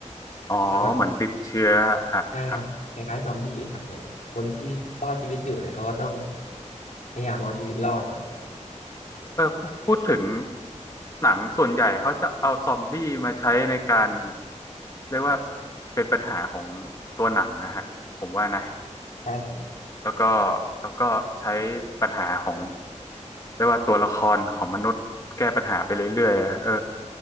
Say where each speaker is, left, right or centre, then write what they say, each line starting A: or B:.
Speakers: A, on the left; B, on the left.
A: อ๋อเหมือนติดเชื้อครับครับ
B: แล้วแบบ ได้ครับคล้ายๆซอมบี้อะครับเหมือนคนที่รอดชีวิตอยู่เนี่ยเขาก็ต้องพยายามเอาชีวิตรอดครับ
A: เออพูดถึงหนังส่วนใหญ่เขาจะเอาซอมบี้มาใช้ในการเรียกว่าเป็นปัญหาของตัวหนังนะฮะผมว่านะ
B: ใช่ครับ
A: แล้วก็แล้วก็ใช้ปัญหาของเรียกว่าตัวละครของมนุษย์แก้ปัญหาไปเรื่อยๆเออ